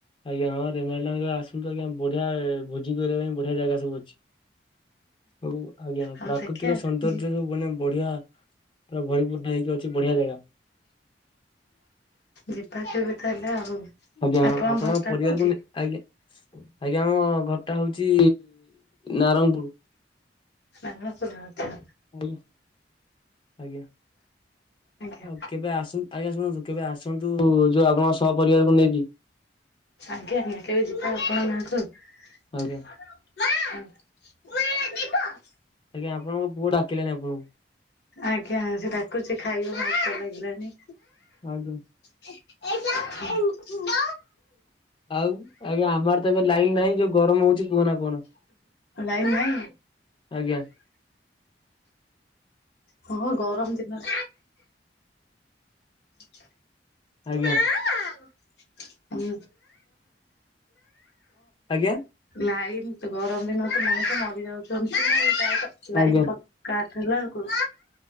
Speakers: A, on the left (about 30°); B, on the left (about 65°).
A: ଆଜ୍ଞା ହଁ ରେମାଲ ଡ୍ୟାମ ଆସନ୍ତୁ ଆଜ୍ଞା ବଢିଆ ଭୋଜି କରିବା ପାଇଁ ବଢିଆ ଜାଗା ସବୁ ଅଛି। ହ ଆଜ୍ଞା
B: ଆଉ
A: ପ୍ରାକୃତିକ
B: ଦେଖିବା
A: ସୌନ୍ଦର୍ଯ୍ୟ ସବୁ ମାନେ ବଢିଆ ପୁରା ଭରିପୂର୍ଣ୍ଣ ହେଇକି ଅଛି ବଢିଆ ଜାଗା।
B: ଯିବା କେବେ ତାହେଲେ ଆଉ।
A: ଆଜ୍ଞା ଆପଣଙ୍କ
B: ଘରଟା
A: ପରିବାରକୁ
B: କୋଉଠି?
A: ନେଇ ଆଜ୍ଞା। ଆଜ୍ଞା ଆମ ଘରଟା ହଉଛି ନାରଙ୍ଗପୁର।
B: ନାରଙ୍ଗପୁର ଆଛା।
A: ହଉ ଆଜ୍ଞା
B: ଆଜ୍ଞା
A: ଆଉ। କେବେ ଆସୁ ଆଜ୍ଞା ଶୁଣନ୍ତୁ କେବେ ଆସନ୍ତୁ ଯୋଉ ଆପଣଙ୍କ ସହ ପରିବାରକୁ ନେଇକି।
B: ଆଜ୍ଞା ଆଜ୍ଞା କେବେ ଯିବା ଆପଣ ଗାଁକୁ
A: ଆଜ୍ଞା।
B: ଆଉ। <inaudible>
A: ଆଜ୍ଞା ଆପଣଙ୍କ ପୁଅ ଡାକିଲାଣି ଆପଣଙ୍କୁ।
B: ଆଜ୍ଞା ସେ ଡାକୁଛି ଖାଇବାକୁ ଭୋକ ଲାଗିଲାଣି।
A: ଆଜ୍ଞା।
B: <inaudible>
A: ଆଉ ଆଜ୍ଞା ଆମଆଡେ ତ ଏବେ ଲାଇନ ନାହିଁ ଯୋଉ ଗରମ ହଉଛି କୁହନା କୁହନା।
B: ଲାଇନ ନାହିଁ?
A: ଆଜ୍ଞା।
B: ହଁ ଗରମ ଦିନରେ <inaudible>
A: ଆଜ୍ଞା
B: ହଁ ଓ <unintelligible>
A: ଆଜ୍ଞା
B: ଲାଇନ୍ ତ ଗରମ ଦିନ ତ ମଣିଷ ମରି ଯାଉଛନ୍ତି। ଲାଇନ୍
A: ଆଜ୍ଞା
B: କାଟ୍ ହେଲା ବେଳକୁ